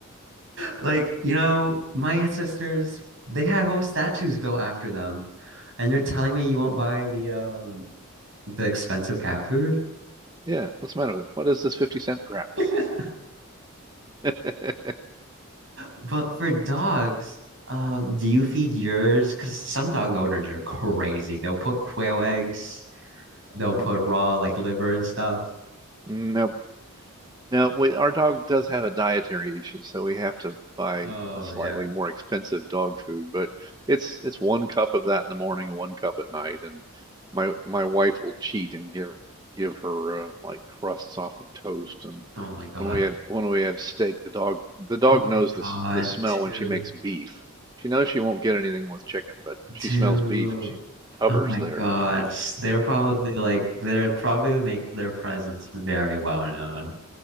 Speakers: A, on the right; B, on the right.
A: like, you know, my ancestors, they had whole statues built after them. And you're
B: hmm
A: telling me you won't buy the um the expensive cat food?
B: Yeah, what's the matter with it? What is this 50 cent crap?
A: <laughs>
B: <laughs>
A: But for dogs, um, do you feed yours? Because some dog owners are crazy. They'll put quail eggs, they'll put
B: Oh no.
A: raw like liver and stuff.
B: Nope. Now, we, our dog does have a dietary issue, so we have to buy
A: Oh
B: a slightly
A: yeah.
B: more expensive dog food, but it's it's one cup of that in the morning and one cup at night, and my my wife will cheat and give give her uh, like crusts off of toast and
A: Oh my God.
B: when we have when we have steak, the dog the dog
A: Oh
B: knows
A: my
B: the
A: God,
B: s- the smell
A: dude,
B: when she makes beef. She knows she won't get anything with chicken, but she
A: dude.
B: smells beef and she hovers
A: Oh my
B: there.
A: God, they're probably like they're probably make their presence very well known.